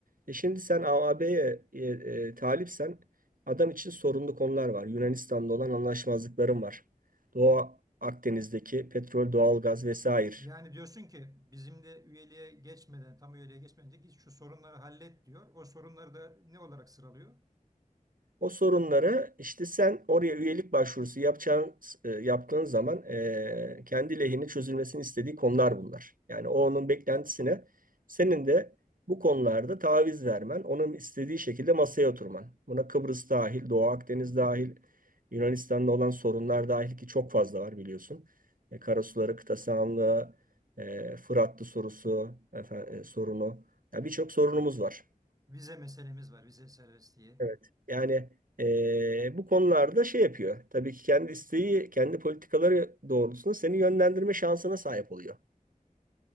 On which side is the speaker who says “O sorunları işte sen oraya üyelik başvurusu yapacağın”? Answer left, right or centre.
Right